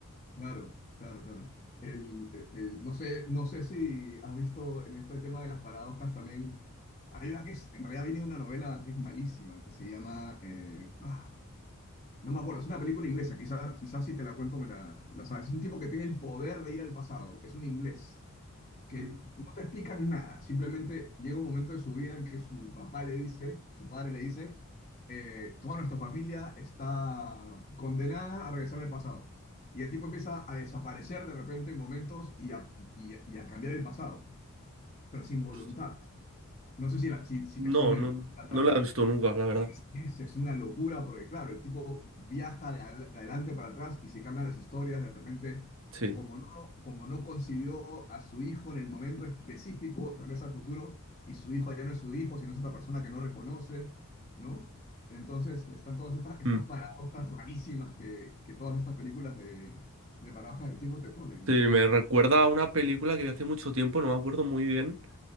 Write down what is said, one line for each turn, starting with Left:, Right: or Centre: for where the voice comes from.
Left: claro, claro, claro. El, el- no sé, no sé si has visto en este tema de las paradojas también, hay una que es, en realidad viene de una novela que es malísima, que se llama, eh, ah, No me acuerdo, es una película inglesa, quizás quizá si te la cuento me la, la sabes. Es un tipo que tiene el poder de ir al pasado, es un inglés, que
Right: Mm,
Left: no te explican nada, simplemente llega un momento de su vida en que su papá le dice, su padre le dice, eh, toda nuestra familia está condenada a regresar al pasado. Y el tipo empieza a desaparecer de repente en momentos y a, y, y a cambiar el pasado, pero sin
Right: hostia.
Left: voluntad. No sé si, la- si, si te suena
Right: No, no,
Left: el- la trama.
Right: no la he visto nunca, la verdad.
Left: Es, es una locura porque, claro, el tipo viaja de, adel- de adelante para atrás y se cambian las historias de repente.
Right: Sí.
Left: Como no, como no concibió a su hijo en el momento específico, regresa al futuro y su hijo ya no es su hijo, sino es otra persona que no reconoce, ¿no? Entonces están todas estas, estas
Right: Mm.
Left: paradojas rarísimas que, que todas estas películas de, de paradojas del tiempo te ponen,
Right: Sí,
Left: ¿no?
Right: me recuerda a una película que vi hace mucho tiempo, no me acuerdo muy bien,